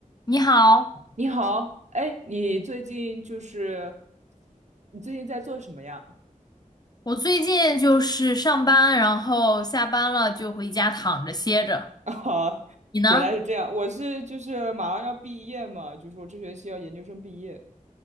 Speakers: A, on the left; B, on the right.
A: 你好，
B: 你好，哎，你最近就是你最近在做什么呀？
A: 我最近就是上班，然后下班了就回家躺着歇着。
B: <laughs> 啊，
A: 你呢？
B: 原来是这样，我是就是马上要毕业嘛，就是我这学期要研究生毕业，